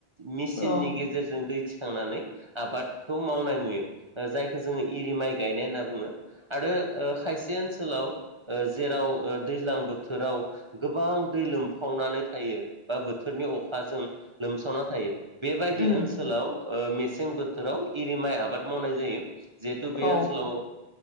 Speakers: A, on the right; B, on the left.
A: मेसिननि
B: औ
A: गेजेरजों दै थिखांनानै आबादखौ मावनाय नुयो जायखौ जोङो इरि माइ गायनाय होनना बुङो आरो खायसे ओनसोलाव जेराव दैज्लां बोथोराव गोबां दै लोमफावनानै थायो बा बोथोरनि अखाजों लोमसावना थायो बेबायदि
B: उम
A: ओनसोलाव मेसें बोथोराव एरि माइ आबाद मावनाय जायो जिहेथु बे
B: औ
A: ओनसोलाव